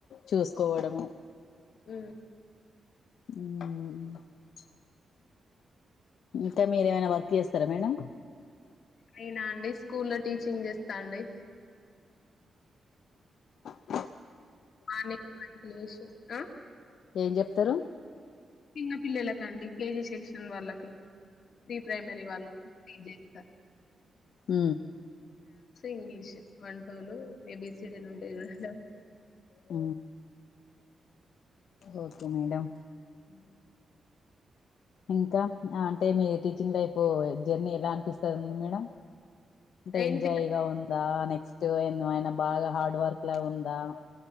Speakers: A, on the left; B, on the left.
A: చూసుకోవడము
B: అ
A: హమ్ ఇంకా మీర ఏమైనా వర్క్ చేస్తారా మేడం
B: అయినా అండి స్కూ లో టీచింగ్ చేస్తాండి
A: హ
B: మానే మాకులు విష ఆ
A: ఏం చెప్తారు
B: చిన్న పిల్లలకండి కేజీ సెక్షన్ వాళ్ళకి ప్రీ ప్రైమరీ వాల్ళ చేస్త
A: హ
B: ఇంగ్లీష్ వంటోలు మేబీసిడీలు ఉంటాయి కద
A: అ ఓకే మేడం
B: హ
A: ఇంకా అంటే మీ టీచింగ్ లైఫ్ జర్నీ ఎలా అనిపిస్తుంది మేడం డేంజయగా
B: ఏంటి
A: ఉంది దా నెక్స్ట్ ఎన్నో ఆయిన బాగా హార్డ్ వర్క్ లో ఉందా